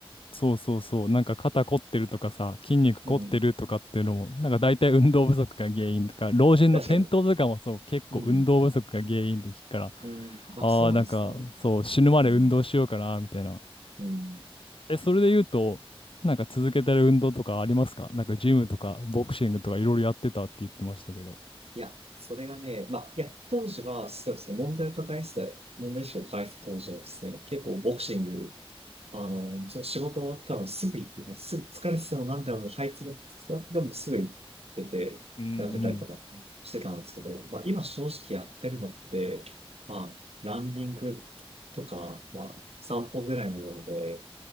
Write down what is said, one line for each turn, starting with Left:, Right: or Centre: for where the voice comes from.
Left: そうそうそう、なんか肩凝ってるとかさ、筋肉凝ってるとかっていうのも、
Right: うん、
Left: なんか大体運動不足が原因とか、老人の転倒とかもそう、
Right: 確かに。
Left: 結構運動不足が原因って聞くから、
Right: うんうん、あ、
Left: ああ、
Right: そうなんですね。
Left: なんかそう、死ぬまで運動しようかな、
Right: うん、
Left: みたいな
Right: うん、
Left: え、それで言うと、なんか続けてる運動とかありますかなんかジムとかボクシングとかいろいろやってたって言ってましたけど。
Right: いや、それがね、まあ、いや、当時は、そうそう、問題を抱えてた、問題意識を抱えてた当時はですね、結構ボクシング、あの、ちょ仕事終わったらすぐ行く、すぐ疲れてても何でも、もう這いつくでもすぐ行ってて、
Left: うんう
Right: やってたりとかしてたんですけど、
Left: ん。
Right: まあ、今正直やってるのって、まあ、ランニングとか、まあ、散歩ぐらいなので、